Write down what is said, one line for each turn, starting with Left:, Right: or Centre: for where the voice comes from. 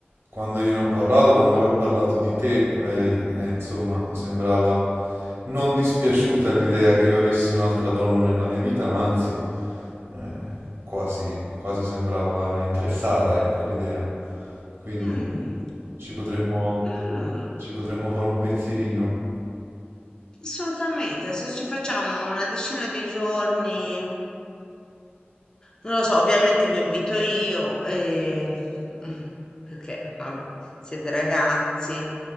Right: quando io ne ho parlato, quando le ho parlato di te, lei, lei, insomma sembrava non dispiaciuta l'idea che io avessi un'altra donna nella mia vita, ma anzi eh, quasi, quasi sembrava interessata, ecco, all'idea. Quindi
Left: Mm,
Right: ci potremmo,
Left: mm,
Right: Ci potremmo fare un pensierino.
Left: assolutamente, se ci facciamo una decina di giorni, non lo so, ovviamente vi invito io, e... <laughs> perché vabbè, siete ragazzi,